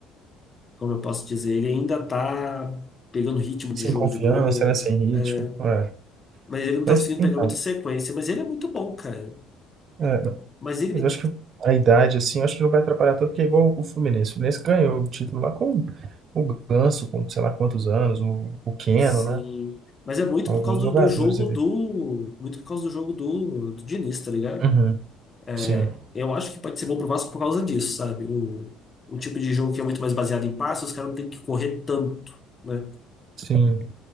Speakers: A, on the left (about 20°); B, on the right (about 35°).
A: como eu posso dizer, ele ainda tá pegando ritmo de
B: Sem
A: jogo
B: confiança,
A: de novo.
B: né? Sem ritmo.
A: é,
B: É.
A: Mas ele não tá
B: Mas
A: conseguindo
B: então,
A: pegar muita sequência, mas ele é muito bom, cara.
B: é,
A: Mas ele.
B: mas acho que a idade, assim, acho que não vai atrapalhar tanto, porque é igual o Fluminense. O Fluminense ganhou o título lá com o Ganso, com sei lá quantos anos, o, o Keno,
A: Sim.
B: né?
A: Mas é muito por
B: Alguns
A: causa do,
B: jogadores
A: do jogo
B: ali.
A: do. Muito por causa do jogo do, do Diniz, tá ligado?
B: Uhum,
A: É,
B: sim,
A: Eu acho que pode ser bom pro Vasco por causa disso, sabe? O, o tipo de jogo que é muito mais baseado em passes, os caras não têm que correr tanto, né?
B: sim.